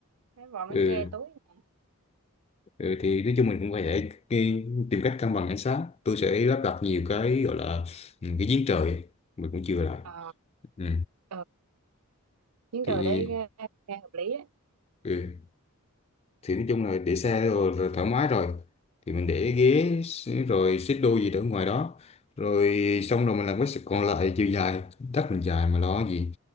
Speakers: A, on the right; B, on the left.
A: cái vòm
B: ừ,
A: nó che tối nhà
B: ừ, thì nói chung mình cũng phải cái- tìm cách cân bằng ánh sáng tôi sẽ lắp đặt nhiều
A: đúng
B: cái gọi là ừ, cái giếng trời ấy. mình cũng chưa lại
A: ờ
B: ừ.
A: ờ. Chuyến
B: thì
A: trời đấy nghe, nghe hợp lý đấy.
B: ừ. thì nói chung là để xe rồi, rồi thoải mái rồi thì mình để ghế s- rồi xích đu gì đó ngoài đó rồi xong rồi mình làm cái sự còn lại chiều dài đất mình dài mà lo gì